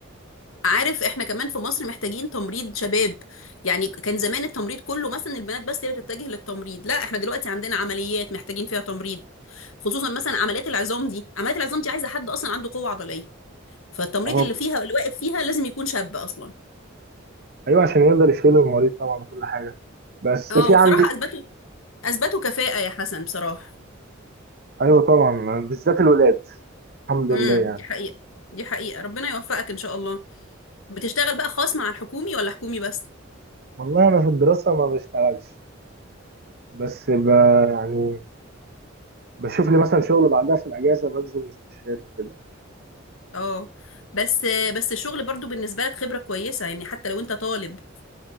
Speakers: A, on the left; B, on the right.
A: عارف احنا كمان في مصر محتاجين تمريض شباب يعني كان زمان التمريض كله مثلا البنات بس هي اللي بتتجه للتمريض لا احنا دلوقتي عندنا عمليات محتاجين فيها تمريض خصوصا مثلا عمليات العظام دي عمليات العظام دي عايزه حد اصلا عنده قوه عضليه فالتمريض
B: اهو
A: اللي فيها اللي واقف فيها لازم يكون شاب اصلا
B: ايوه عشان يقدر يشيل المريض طبعا وكل حاجه بس
A: اه
B: في
A: وبصراحه
B: عندي
A: اثبتوا اثبتوا كفاءه يا حسن بصراحه
B: ايوه طبعا بالذات الولاد الحمد
A: امم
B: لله يعني
A: دي حقيقه دي حقيقه ربنا يوفقك ان شاء الله بتشتغل بقى خاص مع الحكومي ولا حكومي بس
B: والله انا في الدراسه ما بشتغلش بس ب... يعني بشوف لي مثلا شغل بعدها في الاجازه بنزل مستشفيات وكده
A: اه بس بس الشغل برضو بالنسبه لك خبره كويسه يعني حتى لو انت طالب